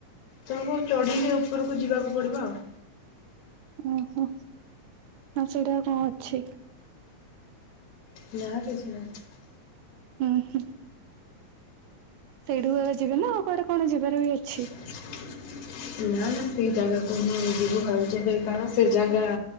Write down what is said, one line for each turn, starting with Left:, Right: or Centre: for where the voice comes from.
Left: ତୁମକୁ ଚଢ଼ିକି ଉପରକୁ ଯିବାକୁ ପଡ଼ିବ ଆଉ।
Right: ଓହୋ ହଁ ସେଇଟା କଣ ଅଛି?
Left: <unintelligible>
Right: ଉହୁଁ। ସେଇଠୁ ଏକା ଯିବେ ନା ଆଉ କୁଆଡେ କଣ ଯିବାର ବି ଅଛି?
Left: ନା, ନା ସେଇ ଜାଗାକୁ ମୁଁ ଯିବୁ ଭାବୁଚୁ ହେବ କଣ ସେ ଜାଗା